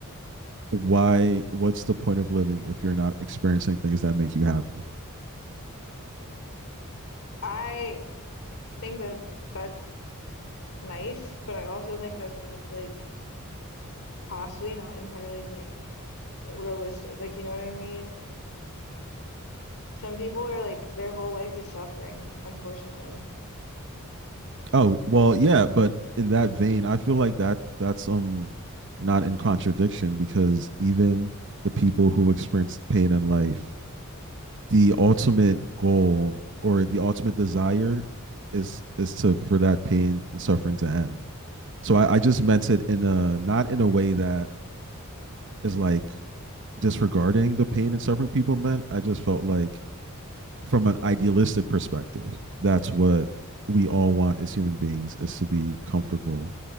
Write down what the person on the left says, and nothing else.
I think that that's nice, but I also think that that's like possibly not entirely like realistic. Like, you know what I mean? Some people are like their whole life is suffering, unfortunately.